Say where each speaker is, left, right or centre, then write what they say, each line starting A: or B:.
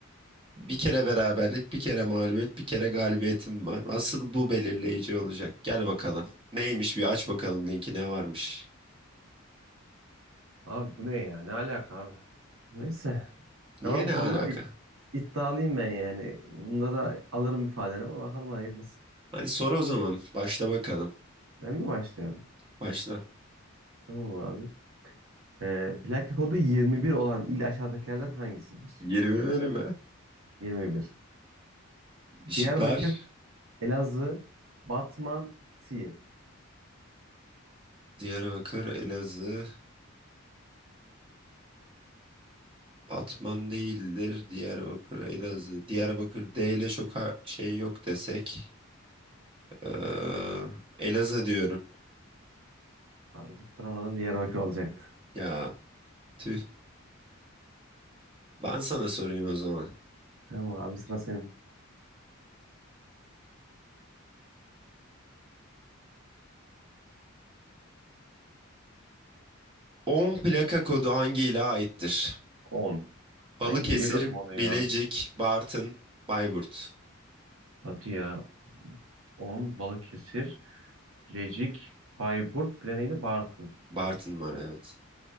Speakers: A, on the right (about 25°); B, on the right (about 85°).
A: Bir kere beraberlik, bir kere mağlubiyet, bir kere galibiyetim var. Asıl bu belirleyici olacak. Gel bakalım. Neymiş bir aç bakalım linki ne varmış.
B: Abi bu ne ya? Ne alaka abi? Neyse.
A: Niye
B: Ama
A: ne
B: bu konuda
A: alaka?
B: da it- iddialıyım ben yani. Bunda da alırım ifadeni ama bakalım hayırlısı.
A: Hadi sor o zaman. Başla bakalım.
B: Ben mi başlıyorum?
A: Başla.
B: Tamam abi. Ee, plaka kodu 21 olan il aşağıdakilerden hangisidir?
A: 20 verimi.
B: 21.
A: Işıklar.
B: Diyarbakır, Elazığ, Batman, Siirt.
A: Diyarbakır, Elazığ. Batman değildir. Diyarbakır, Elazığ. Diyarbakır D ile çok ha- şey yok desek. Ee, Elazığ diyorum.
B: Abi tutturamadın Diyarbakır olacaktı.
A: Ya tüh. Ben sana sorayım o zaman.
B: Tamam abi sıra senin.
A: On plaka kodu hangi ile aittir?
B: On.
A: Balıkesir,
B: Hangi biliyordum onu
A: Bilecik,
B: ya.
A: Bartın, Bayburt.
B: Hadi ya. 10. Balıkesir, Bilecik, Bayburt, bir de neydi? Bartın.
A: Bartın var evet.